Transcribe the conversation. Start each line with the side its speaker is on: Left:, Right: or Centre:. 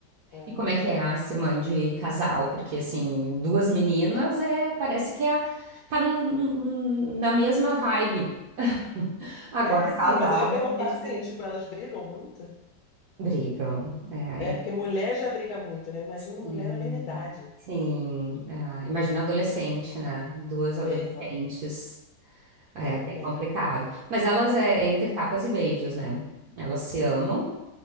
Left: É.
Right: E como é que é a ser mãe de casal? Porque, assim, duas meninas é, parece que é, a- tá no, no- na mesma vibe. <laughs> Agora,
Left: É, sim,
Right: casal,
Left: mas eu ia perguntar
Right: né? É diferente.
Left: assim, tipo, elas brigam muito?
Right: Brigam. É,
Left: É,
Right: é-
Left: porque mulher já briga muito, né? Imagina
Right: sim,
Left: mulher da mesma idade.
Right: sim. É, imagina adolescente, né? Duas adolescentes.
Left: É, exatamente.
Right: É
Left: Exatamente.
Right: bem complicado. Mas elas é, é entre tapas e beijos, né? Elas se amam